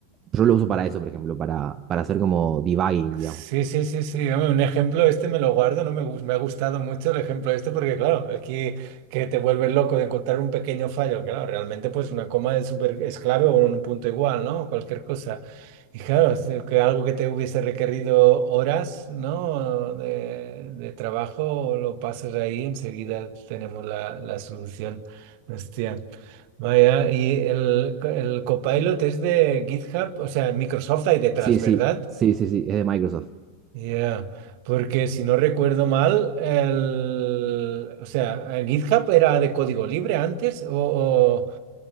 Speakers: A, on the right (about 30°); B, on the right (about 45°).
A: yo lo uso para eso, por ejemplo, para, para hacer como debugging,
B: Sí,
A: digamos.
B: sí, sí, sí. Hombre, un ejemplo este me lo guardo, no me, gus- me ha gustado mucho el ejemplo este porque, claro, aquí que te vuelves loco de encontrar un pequeño fallo, claro, realmente pues una coma es súper es clave o un punto igual, ¿no? Cualquier cosa. Y claro, es de que algo que te hubiese requerido horas, ¿no? De, de trabajo, lo pasas ahí, enseguida tenemos la, la solución. Hostia. Vaya, y el, el Copilot es de GitHub, o sea, Microsoft hay detrás,
A: Sí,
B: ¿verdad?
A: sí, sí, sí, sí, es de Microsoft.
B: Ya, Porque si no recuerdo mal, el, o sea, el GitHub era de código libre antes o, o,